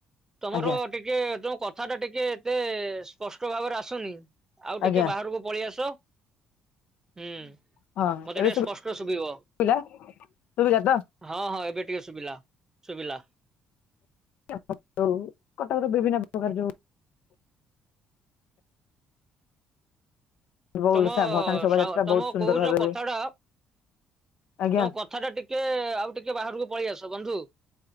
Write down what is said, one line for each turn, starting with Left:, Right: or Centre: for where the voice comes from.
Right: ତମର
Left: ଆଜ୍ଞା
Right: ଟିକେ ତମ କଥା ଟା ଟିକେ ଏତେ ସ୍ପଷ୍ଟ ଭାବରେ ଆସୁନି। ଆଉ ଟିକେ
Left: ଆଜ୍ଞା।
Right: ବାହାରକୁ ପଳେଇ ଆସ। ହୁଁ
Left: ହଁ
Right: ମତେ
Left: ଏବେ
Right: ଟିକେ ସ୍ପଷ୍ଟ ଶୁଭିବ।
Left: ଶୁଭିଲା ଶୁଭିଲା ତ
Right: ହଁ ହଁ ଏବେ ଟିକେ ସୁବିଲା ସୁବିଲା।
Left: <unintelligible> ଯୋଉ କଟକ ର ବିଭିନ୍ନ ପ୍ରକାର ଯୋଉ ବହୁ
Right: ତମ
Left: ଭସାଣି ଶୋଭାଯାତ୍ରା
Right: ସା ତମ
Left: ବହୁତ ସୁନ୍ଦର
Right: କହୁଚ
Left: ଭାବେ ହୁଏ
Right: କଥା ଟା
Left: ଆଜ୍ଞା
Right: ତମ କଥ କଥା ଟା ଟିକେ ଆଉ ଟିକେ ବାହାରକୁ ପଳେଇ ଆସ ବନ୍ଧୁ।